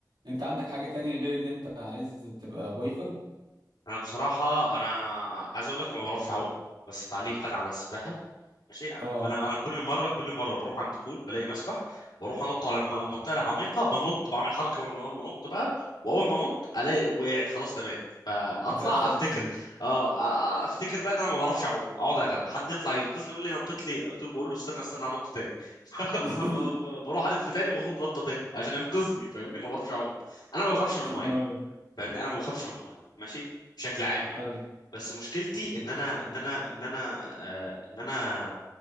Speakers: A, on the right (about 80°); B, on the left (about 75°).
A: انت عندك حاجة تاني غير ان انت عايز تبقى بايكر
B: انا بصراحه انا عايز اقول لك انا ما بعرفش اعوم بس تعليقا على السباحه ماشي انا
A: اه
B: انا انا كل مره كل مره بروح عند بول بلاقي مسبح بروح انط على الم- المنطقه العميقه بنط بعمل حركه وانا بن- بنط بقى واول ما انط الاقي وقعت خلاص تمام فاطلع
A: مش عارف
B: افتكر
A: اخرج
B: اه آه، افتكر بقى ان انا ما بعرفش اعوم اقعد اغرق حد يطلع ينقذني يقول لي نطيت لي قلت له بقول له استنى استنى هنط تاني <laughs>
A: <laughs>
B: ف- ب- بروح الف تاني واخد نطه تاني عشان ينقذني فاهمني ما بعرفش اعوم انا ما بخافش من
A: يا
B: الميه
A: نهار أبيض.
B: فاهمني انا ما بخافش من الميه ماشي بشكل عام يعني
A: حلو
B: بس مشكلتي ان انا ان انا ان انا آه، ان انا